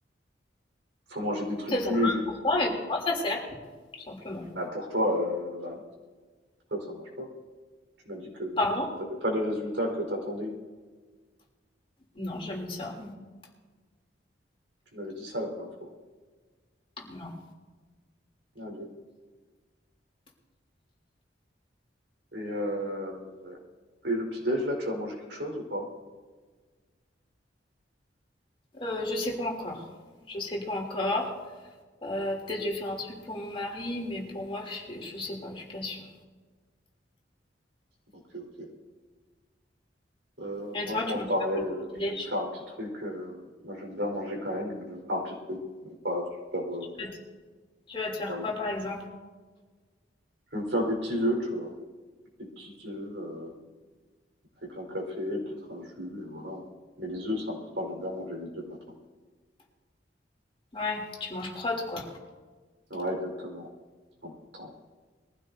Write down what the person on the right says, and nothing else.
Faut manger des trucs
plus
légers.
Bah, pour toi, euh, bah non, ça, ça marche pas. Tu m'as dit que
t'avais pas les résultats que t'attendais.
Tu m'avais dit ça la dernière fois.
Allez. Et, euh, et le petit-déj, là, tu vas manger quelque chose ou pas?
Ok, ok. Euh,
ouais,
moi,
pareil,
euh,
je
vais me faire un petit truc. euh, moi, j'aime bien manger quand même. Je vais me faire un petit truc. Mais pas super, euh,
super
gros.
Je vais me faire des petits œufs, tu vois. Des petits œufs. euh, avec un café, peut-être un jus, et voilà. Mais les œufs, c'est important, j'aime bien manger les œufs le matin.
Ouais, exactement, c'est important.